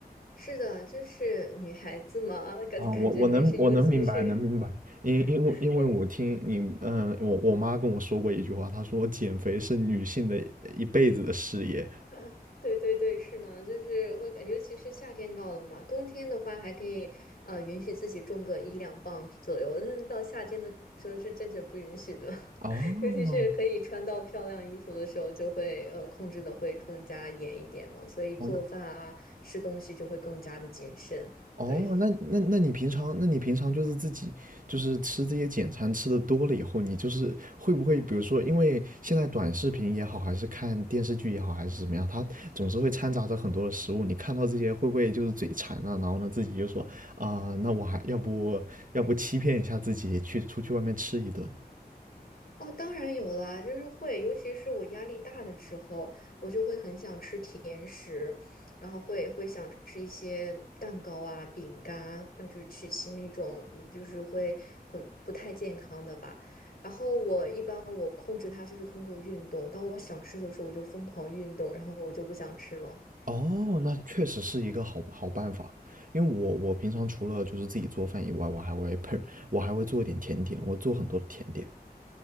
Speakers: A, on the left; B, on the right.
A: 是的，就是女孩子嘛，感感觉还是，
B: 啊，我我能我能明白能明白，
A: 尤其是，
B: 因因为因为我听你嗯、
A: <laughs> 哎
B: 呃我我妈跟我说过一句话，她说减肥是女性的一辈子的事业。
A: 啊，对对对，是呢，就是会感，尤其是夏天到了嘛，冬天的话还可以，呃，允许自己种个一两磅左右，<laughs> 但是到夏天的时候是坚决不允许的，
B: 哦，
A: <laughs> 尤其是可以穿到漂亮衣服的时候，就会呃控制的会更加严一点嘛，所以做饭啊，
B: 我
A: 吃东西就会更加的谨慎，
B: 哦，
A: 对。
B: 那那那你平常，那你平常就是自己就是吃这些简餐吃的多了以后，你就是会不会，比如说，因为现在短视频也好，还是看电视剧也好，还是怎么样，它总是会掺杂着很多的食物，你看到这些会不会就是嘴馋了，然后呢自己就说啊、那我还要不要不欺骗一下自己，去出去外面吃一顿？
A: 哦，当然有啦，就是会，尤其是我压力大的时候，我就会很想吃甜食，然后会会想吃一些蛋糕啊、饼干啊，嗯就是曲奇那种，就是会很不太健康的吧。然后我一般我控制它就是通过运动，当我想吃的时候，我就疯狂运动，然后我就不想吃了。
B: 哦，那确实是一个好好办法。因为我我平常除了就是自己做饭以外，我还会 <laughs> 烹，我还会做一点甜点，我做很多的甜点。